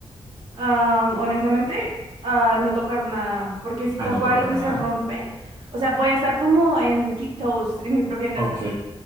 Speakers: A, on the right; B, on the right.
A: Am, honestamente, a no tocar nada, porque si toco
B: A no
A: algo
B: tocar
A: y
B: nada.
A: se rompe, o sea, voy a estar como en tiptoes en mi propia casa.
B: Ok.